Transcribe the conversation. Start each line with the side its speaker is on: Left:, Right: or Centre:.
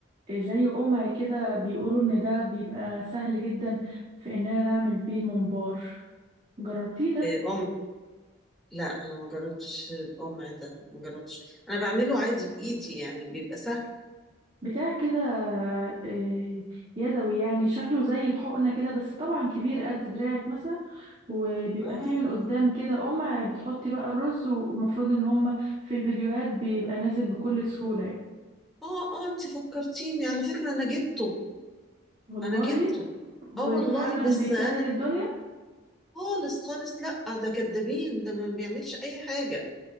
Right: آه، زي قمع كده بيقولوا ان ده بيبقى سهل جدا في اننا نعمل بيه الممبار جربتيه ده
Centre: إيه، أم لا أنا ما جربتش أم ده ما جربتش أنا بعمله عادي بإيدي يعني بيبقى سهل
Right: بتاع كده آه، يدوي يعني شكله زي الحقنة كده بس طبعا كبير قد دراعك مثلا وبيبقى
Centre: آه
Right: فيه من قدام كده أم بتحطي بقى الرز والمفروض ان هم في الفيديوهات بيبقى نازل بكل سهولة يعني
Centre: آه آه أنت فكرتيني على فكرة أنا جبته
Right: والله
Centre: أنا جبته
Right: وفعلا
Centre: آه والله بس
Right: بيسهل
Centre: أنا
Right: الدنيا
Centre: خالص خالص لا ده كدابين ده ما بيعملش أي حاجة